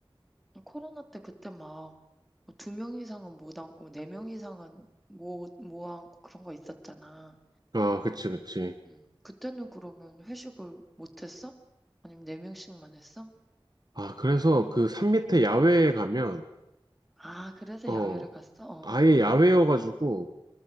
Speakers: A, in the centre; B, on the right.
A: 코로나 때 그때 막 뭐 두명 이상은 못 앉고 네 명 이상은 못, 못 앉고 그런 거 있었잖아.
B: 아, 그치, 그치.
A: 음. 그때는 그러면 회식을 못 했어? 아니면 네 명씩만 했어?
B: 아, 그래서 그 산 밑에 야외에
A: 음.
B: 가면,
A: 아, 그래서
B: 어,
A: 야외를 갔어? 어,
B: 아예
A: 어.
B: 야외여가지고,